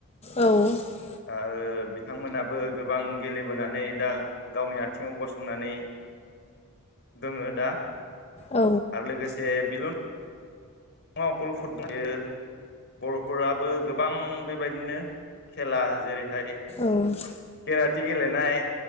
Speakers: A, on the left; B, on the left.
A: औ औ
B: आरो ओ बिथांमोनाबो गोबां गेलेबोनानै दा गावनि आथिङाव गसंनानै दोङो दा
A: औ
B: आरो लोगोसे बिल' नङा अकल फुटबेयो बर'फोराबो गोबां बेबायदिनो खेला जेरै हाय
A: औ औ
B: केराति गेलेनाय